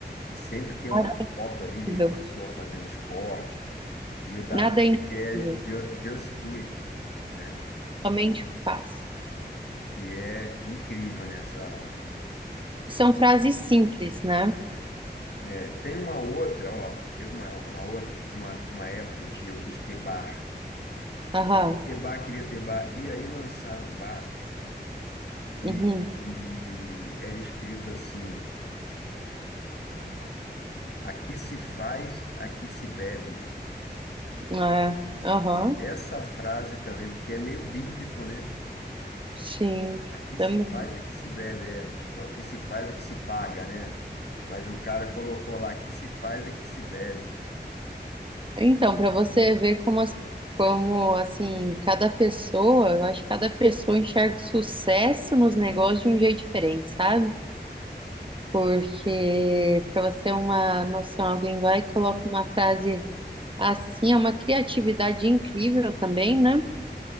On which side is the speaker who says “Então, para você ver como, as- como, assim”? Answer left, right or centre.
Right